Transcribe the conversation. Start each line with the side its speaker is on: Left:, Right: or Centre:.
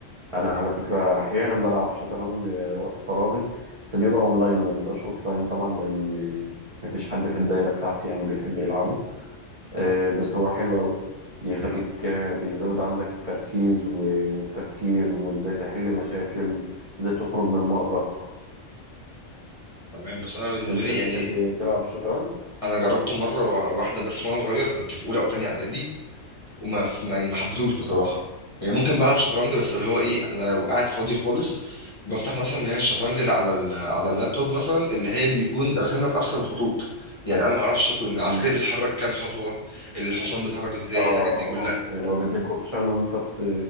Right: انا على فكره احيانا بلعب شطرنج آه، وقت فراغي بس بيبقى اونلاين ما بيبقاش اوفلاين طبعا لان مفيش حد في الدايره بتاعتي يعني بيحب يلعبه آه، بس هو حلو قوي بيخليك
Left: لا
Right: آه، بيزود عندك التركيز و- والتفكير وازاي تحل مشاكل ازاي تخرج من مأزق
Left: تمام بس انا بالنسبة
Right: انت
Left: لي
Right: بتحب
Left: يعني
Right: تلعب الشطرنج
Left: انا جربته مرة واحدة بس وانا صغير كنت في اولى او تانية اعدادي وما ف- ما ما حبيتهوش بصراحه يعني ممكن بلعب شطرنج بس اللي هو ايه انا لو قاعد فاضي خالص بفتح مثلا اللي هي الشطرنج اللي على ال- على اللابتوب مثلا اللي هي بيكون راسم لك اصلا الخطوط يعني انا ما اعرفش كل عسكري
Right: مم.
Left: بيتحرك كام خطوه الحصان بيتحرك ازاي
Right: اه
Left: الحاجات دي كلها
Right: اه يعني هو بيديك اوبشن وانت بت-